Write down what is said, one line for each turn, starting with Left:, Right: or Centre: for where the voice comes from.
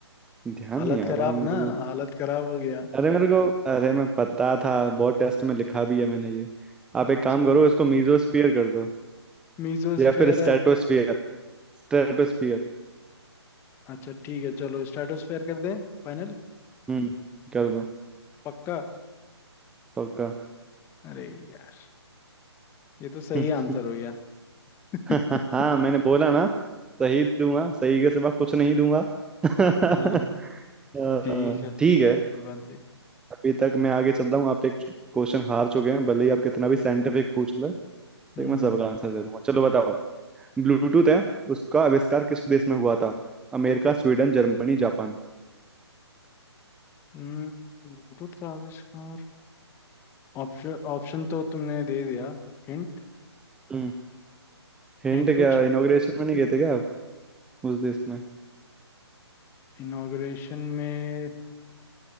Centre: ध्यान
Left: हालत
Centre: नहीं आ
Left: खराब
Centre: रहा मेरे
Left: ना
Centre: को
Left: हालत खराब हो गया
Centre: अरे मेरे को अरे मैं पता था बहुत टेस्ट में लिखा भी है मैंने ये आप
Left: अच्छा
Centre: एक काम करो इसको मीजोस्फियर कर दो
Left: मीसोस्फेयर
Centre: या फिर स्ट्रेटोस्फियर स्ट्रेटोस्फियर
Left: अच्छा ठीक है चलो स्ट्रेटोस्फेयर कर दें फाइनल
Centre: हम्म कर दो
Left: पक्का
Centre: पक्का
Left: अरे यार ये तो सही
Centre: <laughs>
Left: आंसर हो गया <laughs>
Centre: <laughs> हाँ मैंने बोला ना सही दूंगा सही के सिवा कुछ नहीं दूंगा <laughs>
Left: हाँ
Centre: अ,
Left: ठीक है
Centre: ठीक है
Left: कोई बात नहीं
Centre: अभी तक मैं आगे चल रहा हूँ आप एक क्वेश्चन हार चुके हैं भले ही आप कितना भी साइंटिफिक पूछ ले लेकिन
Left: हम्म
Centre: मैं सबका आंसर दे दूंगा चलो बताओ ब्लूटूथ है उसका आविष्कार किस देश में हुआ था America Sweden Germany Japan
Left: हम्म, ब्लूटूथ का आविष्कार ऑप्शन ऑप्शन तो तुमने दे दिया हिंट
Centre: हम्म हिंट
Left: हिंट कुछ
Centre: क्या इनॉग्रेशन में नहीं गए थे क्या आप उस देश में
Left: इनॉग्रेशन में